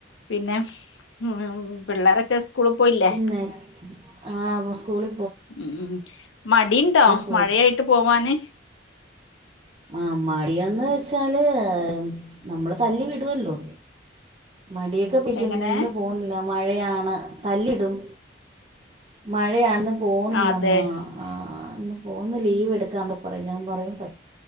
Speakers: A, on the left (about 80°); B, on the right (about 30°).
A: പിന്നെ ഉ പിള്ളേരൊക്കെ സ്കൂളിൽ പോയില്ലേ
B: പിന്നെ ആ സ്കൂള
A: ഉം മടിണ്ടോ
B: പോയി
A: മഴയായിട്ട് പോവാന്
B: മാമ്മടിയന്ന് വെച്ചാല് നമ്മള് തല്ലി വിടുല്ലോ മടിയൊക്കെ പെയിക്കും
A: എങ്ങനെ
B: ഇന്ന് പോണില്ല മഴയാണ് തല്ലിടും മഴയയാണെന്ന് പോണില്ലമ്മ
A: അതെ
B: ആ അന്ന് പോന്ന് ലീവ് എടുക്കാന്ന് ഞാൻ പറയും പ